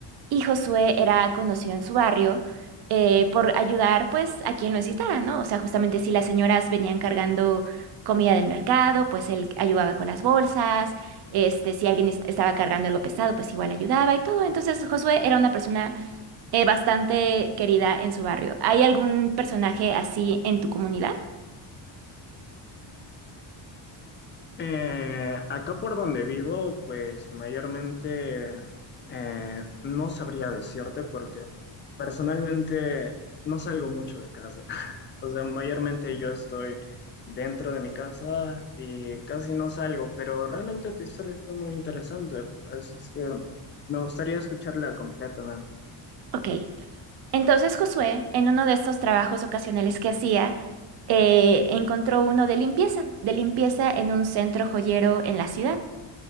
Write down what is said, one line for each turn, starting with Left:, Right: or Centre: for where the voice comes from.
Right: Y Josué era conocido en su barrio eh, por ayudar pues a quien lo necesitara, ¿no? O sea, justamente si las señoras venían cargando comida del mercado, pues él ayudaba con las bolsas, este, si alguien est- estaba cargando algo pesado, pues igual ayudaba y todo. Entonces Josué era una persona eh, bastante querida en su barrio. ¿Hay algún personaje así en tu comunidad?
Left: Eh, acá por donde vivo, pues mayormente eh, no sabría decirte porque personalmente no salgo mucho de casa. <laughs> O sea, mayormente yo estoy dentro de mi casa y casi no salgo, pero realmente tu historia está muy interesante, así es que me gustaría escucharla completamente.
Right: Ok. Entonces Josué, en uno de estos trabajos ocasionales que hacía, eh, encontró uno de limpieza, de limpieza en un centro joyero en la ciudad.